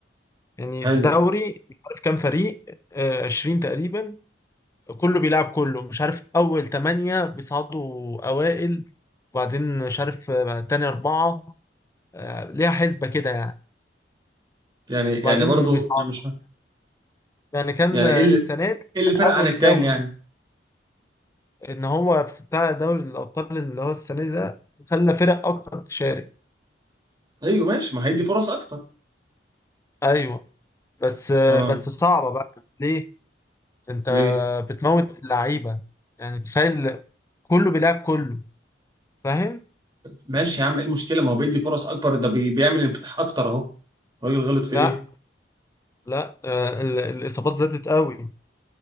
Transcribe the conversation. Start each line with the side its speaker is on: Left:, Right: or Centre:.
Left: يعني
Right: حلو
Left: الدوري مش عارف كام فريق آه، 20 تقريبا كله بيلعب كله مش عارف اول تمانية بيصعدوا اوائل وبعدين مش عارف آه، تاني اربعة آه، ليها حسبة كده يعني
Right: يعني يعني
Left: وبعدين
Right: برضو
Left: بيصعدوا
Right: أنا مش فاهم
Left: يعني كان
Right: يعني
Left: السنة
Right: ايه اللي
Left: دي
Right: ايه اللي
Left: كان
Right: فرق
Left: أول
Right: عن التاني
Left: دوري
Right: يعني
Left: إن هو في بتاع دوري الأبطال اللي هو السنة دي ده خلى فرق أكتر تشارك
Right: ايوه ماشي ما هيدي فرص اكتر
Left: أيوه بس
Right: اه
Left: بس صعبة بقى ليه؟ أنت
Right: ليه
Left: بتموت اللعيبة يعني تخيل كله بيلعب كله فاهم؟
Right: ماشي يا عم ايه المشكله ما هو بيدي فرص اكبر ده بي... بيعمل انفتاح اكتر اهو الراجل غلط في
Left: لا
Right: ايه؟
Left: لا آه، ال- الإصابات زادت قوي